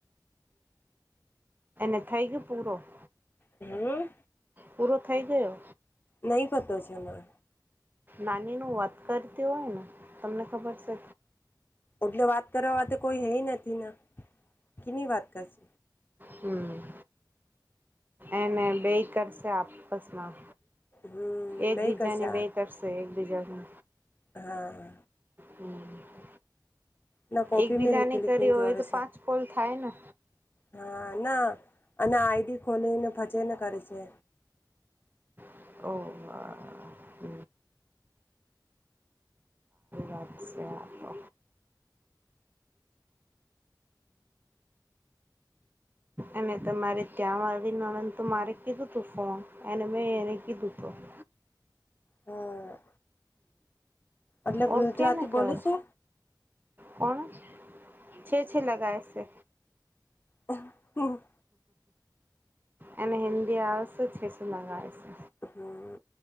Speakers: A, on the right; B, on the left.
A: એ થાયગ પૂરો <unintelligible>
B: હમ.
A: પૂરો થઈ ગયો.
B: નહી પતો છેના
A: નાની ન વાત કરતી હોય ને તમને ખબર છે.
B: એટલે વાત કરવા વા કોઈ હે નથી ના કેની વાત કરશ.
A: હમ. એને બે કરશે આપ સમાં
B: હમ
A: એકબીજાને
B: બે કરશે
A: બે કરશે એકબીજાને.
B: હા.
A: હમ
B: ના કોપી
A: એકબીજાને
B: મે લિખી લિખી
A: કરી
B: જોવે
A: હોય તો
B: છે.
A: પાંચ કોલ થાય ને
B: હા ના અને આઈડી ખોલીને ભજેને કરી છે.
A: ઓ વાદશે આ તો અને તમારે ત્યાં વાળી નને તો મારે કીધું તું ફોન અને મેં એને કીધું હતું. <inaudible>
B: હા. એટલે
A: હ ઓર
B: ગુજરાતી
A: કેને કર
B: બોલે છે
A: કોણ છ છ લગાશે
B: હ હમ <unintelligible>
A: એને હિન્દી આવશે છેસ લગ છે.
B: હમ